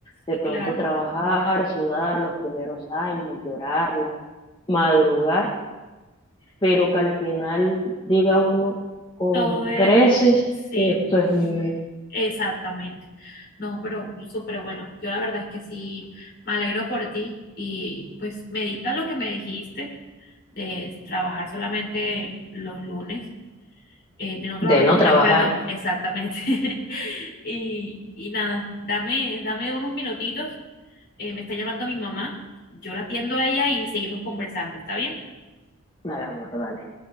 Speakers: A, on the left (about 50°); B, on the left (about 25°).
A: Sí,
B: De pronto
A: claro.
B: trabajar, sudar los primeros años, llorarla, madrugar pero que al final diga uno con
A: Todo esto,
B: creces,
A: sí.
B: esto es mío,
A: Exactamente. No, pero súper bueno. Yo la verdad es que sí, me alegro por ti y pues medita lo que me dijiste de trabajar solamente los lunes, eh, de no trabajar
B: de no
A: los lunes,
B: trabajar,
A: perdón, exactamente. <laughs> Y, y nada, dame, dame unos minutitos. eh, me está llamando mi mamá. Yo la atiendo a ella y seguimos conversando. ¿Está bien?
B: dar amor, dale.